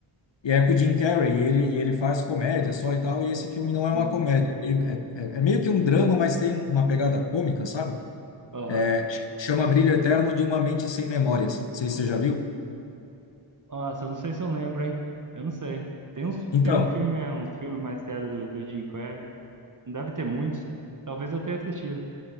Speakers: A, on the left; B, on the right.
A: e é com o Jim Carrey, e ele, e ele faz comédia só e tal, e esse filme não é uma
B: Sim.
A: comédia, é, meio é- é- é meio que um drama, mas tem uma pegada cômica, sabe?
B: Aham.
A: É, ch- chama Brilho Eterno de Uma Mente Sem Memórias, não sei se você já viu.
B: Nossa, eu não sei se eu lembro, hein? Eu não sei. Tem uns,
A: Então,
B: tem um filme, é um filme mais sério do, do Jim Carrey. Não deve ter muitos. Talvez eu tenha assistido.